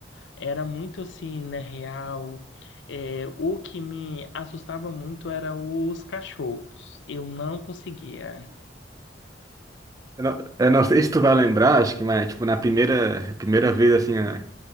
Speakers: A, on the left; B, on the right.
A: era muito assim, né, real. É, o que me assustava muito era os cachorros. Eu não conseguia.
B: Eu não, eu não sei se tu vai lembrar, acho que, mas, tipo, na primeira, primeira vez, assim, a-